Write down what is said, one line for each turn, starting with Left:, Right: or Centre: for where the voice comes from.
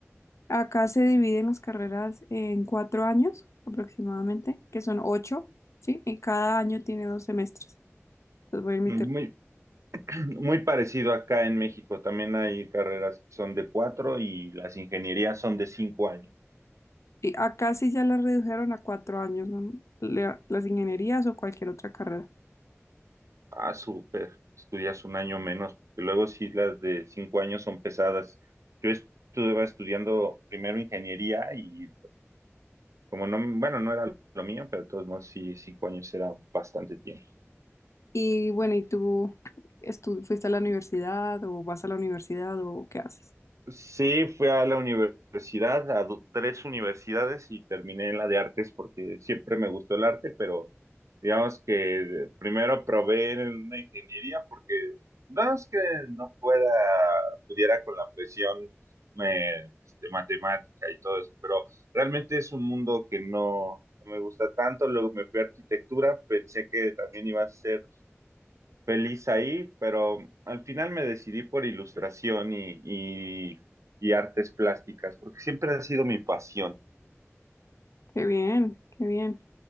Left: Acá se dividen las carreras en cuatro años aproximadamente, que son ocho, ¿sí? Y cada año tiene dos semestres. Entonces voy en
Right: Muy,
Left: mi
Right: <clears throat> muy parecido acá en México. También hay carreras que son de cuatro y las ingenierías son de cinco años.
Left: Y acá sí ya la redujeron a cuatro años, ¿no? La- las ingenierías o cualquier otra carrera.
Right: Ah, súper. Estudias un año menos, porque luego sí las de cinco años son pesadas. Yo estuve estudiando primero ingeniería y como no, bueno, no era lo mío, pero de todos modos sí, cinco años era bastante tiempo.
Left: Y bueno, ¿y tú estu- fuiste a la universidad o vas a la universidad o qué haces?
Right: Sí, fui a la universidad, a do- tres universidades y terminé en la de artes porque siempre me gustó el arte, pero digamos que primero probé en una ingeniería porque no es que no pueda, pudiera con la presión me- este, matemática y todo eso, pero realmente es un mundo que no no me gusta tanto. Luego me fui a arquitectura, pensé que también iba a ser feliz ahí, pero al final me decidí por ilustración y, y, y artes plásticas, porque siempre ha sido mi pasión.
Left: Qué bien, qué bien.